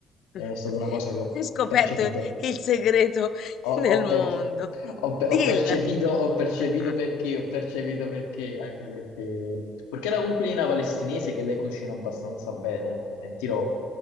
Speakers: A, on the left; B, on the left.
A: È
B: <laughs>
A: stata una cosa che ho
B: Hai scoperto
A: percepito.
B: il segreto
A: Ho,
B: del
A: ho
B: mondo.
A: perce- ho pe-
B: Dilla.
A: ho percepito, ho percepito
B: <laughs>
A: perché, ho percepito perché, anche perché... Perché la coinquilina palestinese che lei cucina abbastanza bene, non mi mentirò,